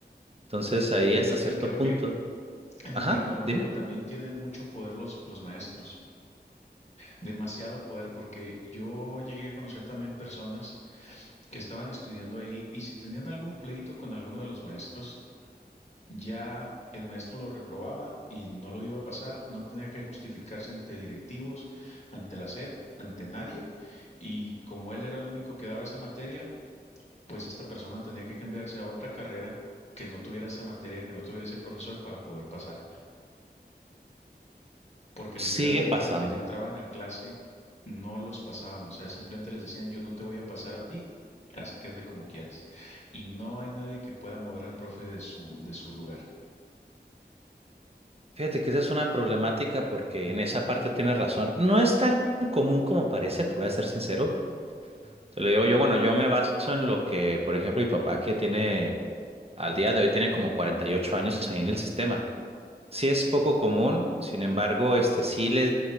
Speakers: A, on the right; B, on the left.
A: Entonces ahí
B: Y,
A: hasta
B: lo-
A: cierto
B: y creo
A: punto.
B: que en
A: Ajá,
B: el tecnológico
A: dime.
B: también tienen mucho poder los, los maestros. demasiado poder porque yo llegué a conocer también personas que estaban estudiando ahí y si tenían algún pleito con alguno de los maestros, ya el maestro lo reprobaba y no lo iba a pasar, no tenía que justificarse ante directivos, ante la SEP, ante nadie y como él era el único que daba esa materia, pues esta persona tenía que cambiarse a otra carrera que no tuviera esa materia, que no tuviera ese profesor para poder pasar. porque
A: Sigue
B: literalmente
A: pasando.
B: desde que entraban a clase no los pasaban, o sea, simplemente les decían, yo no te voy a pasar a ti, así que hazle como quieras. Y no hay nadie que pueda mover al profe de su, de su lugar.
A: Fíjate que esa es una problemática porque en esa parte tienes razón. No es tan común como parece, te voy a ser sincero. Te lo digo yo, bueno, yo me baso en lo que, por ejemplo, mi papá que tiene, al día de hoy tiene como 48 años ahí en el sistema. Sí es poco común, sin embargo, este sí les,